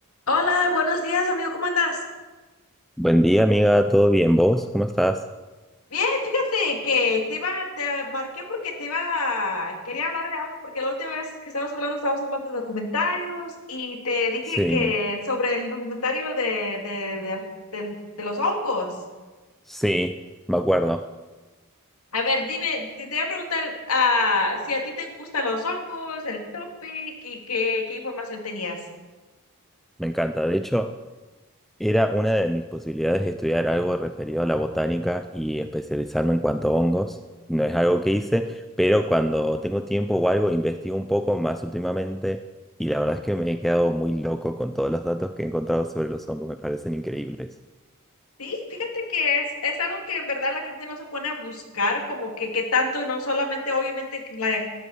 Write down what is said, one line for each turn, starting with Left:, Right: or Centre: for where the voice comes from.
Left: Hola, buenos días, amigo, ¿cómo andas?
Centre: Buen día, amiga, ¿todo bien? ¿Vos? ¿Cómo estás?
Left: Bien, fíjate que te iba, te marqué porque te iba, quería hablar de algo, porque la última vez que estábamos hablando, estábamos hablando de documentarios y te dije
Centre: Sí,
Left: que sobre el documentario de, de, de, del- de los hongos.
Centre: sí, me acuerdo,
Left: A ver, dime, te, te iba a preguntar ah, si a ti te gustan los hongos, el topic y qué, qué información tenías.
Centre: me encanta. De hecho, era una de mis posibilidades de estudiar algo referido a la botánica y especializarme en cuanto a hongos. No es algo que hice, pero cuando tengo tiempo o algo, investigo un poco más últimamente y la verdad es que me he quedado muy loco con todos los datos que he encontrado sobre los hongos, me parecen increíbles.
Left: Sí, fíjate que es, es algo que en verdad la gente no se pone a buscar, como que, que tanto, no solamente obviamente que la